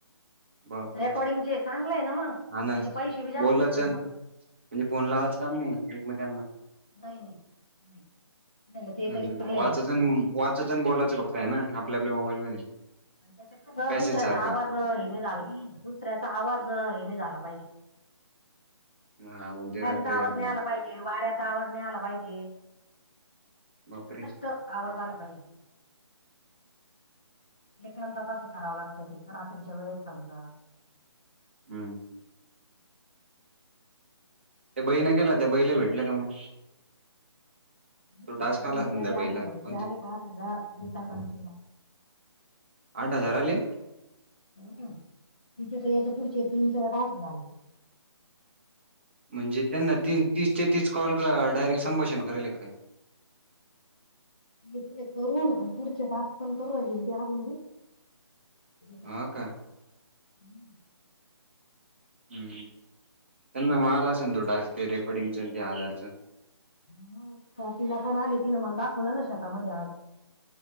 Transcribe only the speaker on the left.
रेकॉर्डिंग चे चांगलं आहे ना मग
त्याचे पैसे बी जास्तच
आहे मग
नाही नाही नाही. म्हटलं ते
तरी
चांगलंय
मग
अन त्याच्यात कस
दुसऱ्याचा
आवाज हे नाही झाला दुसऱ्याचा आवाज हे नाही झाला पाहिजे.
<inaudible> त्यांचा
आवाज
नाही
आला पाहिजे. वाऱ्याचा आवाज नाय आला पाहिजे.
त आवाज आला पाहिजे. एकांतात असं करावं लागतं ते. रात्रीच्या वेळेस समजा.
गीता
कखेलीला
आठ हजार
रुपये आले आठ हजार. गीता कंखेला.
ह. तिचे त याच्या पुढचे तीन चार टास्क झाले.
इथले करून, पुढचे टास्क पण करू राहिलेन ती आजून बी. ज हम्!
<unintelligible>
मग, स्वातीला पण आले. तीन मला दाखवलं ना शेता मधे आज.